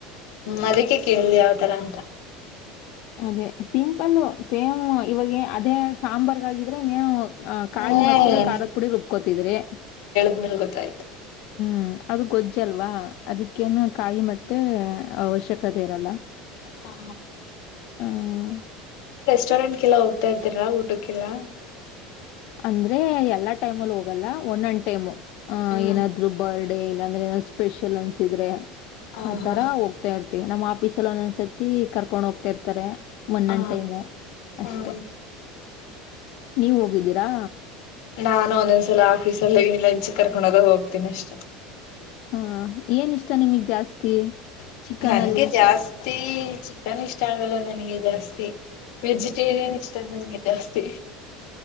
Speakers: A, on the left (about 70°); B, on the left (about 50°).
A: ಮದಕ್ಕೆ ಕೇಳಿ ಯಾವ್ತರ ಅಂತ
B: ಅದೇ ಸಿಂಪಲ್ ಸೇಮ್ ಇವಾಗ ಅದೇ ಸಾಂಬಾರ್ಗಾಗಿದ್ರೆನ್ನೇನು ಆ ಕಾಯಿ
A: ಹ್ಮ್
B: ಮತ್ತೆ ಖಾರದ ಪುಡಿ ರುಬ್ಕೋತಿದ್ರಿ
A: ಮಲ್ ಗೊತ್ತಾಯ್ತು
B: ಹ್ಮ್ ಅದು ಗೊಜ್ಜ ಅಲ್ವಾ ಅದಕ್ಕೇನು ಕಾಯಿ ಮತ್ತೆ ಅವಶ್ಯಕತೆ ಇರಲ್ಲ
A: ಹಾ
B: ಹ್ಮ
A: ಚರಣಂಡ್ಕಲ್ಲ ಹೋಗ್ತಾ ಇರ್ತೀರಾ ಊಟಕ್ಕೆಲ್ಲ
B: ಅಂದ್ರೆ ಎಲ್ಲಾ ಟೈಮಲ್ಲಿ ಹೋಗಲ್ಲ ಒಂದನ್ ಟೈಮು ಅ
A: ಹ್ಮ್
B: ಏನಾದ್ರು ಬರ್ಡ್ ಇಲ್ಲಾಂದ್ರೆ ಏ ಸ್ಪೆಷಲ್ ಅನ್ಸಿದ್ರೆ
A: ಹಾ
B: ಆತರ
A: ಹಾ
B: ಹೋಗ್ತಾ ಇ ನಮ್ಮ ಆಫೀಸ್ ಅಲ್ಲಿ ಒಂದೊಂದ್ಸತಿ ಕರ್ಕೊಂಡ ಹೋಗ್ತಾ ಇರ್ತಾರೆ. ಒನ್
A: ಹಾ
B: ಒನ್ ಟೈಮು ಅಷ್ಟೆ.
A: ಹ್ಮ್
B: ನೀವ ಹೋಗಿದ್ದೀರಾ.
A: ನಾನು ಒಂದೊಂದ್ಸಲ ಆಫೀಸಲ್ಲಿನ್ ಲಂಚ್ ಕರ್ಕೊಂಡೋದಾಗ ಹೋಗ್ತೀನಿ ಅಷ್ಟೇ.
B: ಹಾಂ ಏನ ಇಷ್ಟ ನಿಮಗೆ ಜಾಸ್ತಿ. ಚಿಕನಲ್ಲಿ
A: ನನ್ಗೆ ಜಾಸ್ತಿ ಚಿಕನ್ ಇಷ್ಟ ಆಗಲ್ಲ ನನಗೆ ಜಾಸ್ತಿ. ವೆಜಿಟೇರಿಯನ್ ಇಷ್ಟ ನಂಗೆ ಜಾಸ್ತಿ.